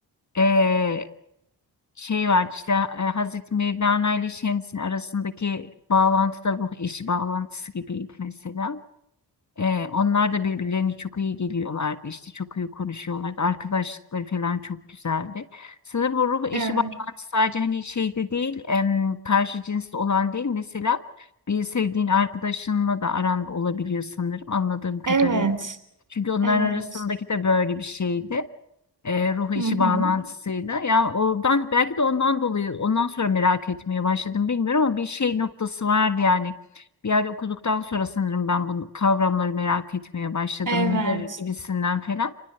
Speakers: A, on the left; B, on the right.
A: Ee, şey var işte e, Hazreti Mevlana ile Şems'in arasındaki bağlantı da ruh eşi bağlantısı gibiydi mesela. Ee, onlar da birbirlerini çok iyi geliyorlardı. işte çok iyi konuşuyorlardı. Arkadaşlıkları falan çok güzeldi. Sanırım bu ruh eşi
B: Evet.
A: bağlantısı sadece hani şeyde değil, em, karşı cinsli olan değil. Mesela bir sevdiğin arkadaşınla da aranda olabiliyor sanırım anladığım kadarıyla.
B: Evet.
A: Çünkü onların
B: Evet.
A: arasındaki de böyle bir şeydi e, ruh işi
B: Hı hı.
A: bağlantısıyla. Ya oradan belki de ondan dolayı ondan sonra merak etmeye başladım bilmiyorum ama bir şey noktası vardı yani. Bir yerde okuduktan sonra sanırım ben bu kavramları merak etmeye başladım.
B: Evet.
A: Lider gibisinden falan.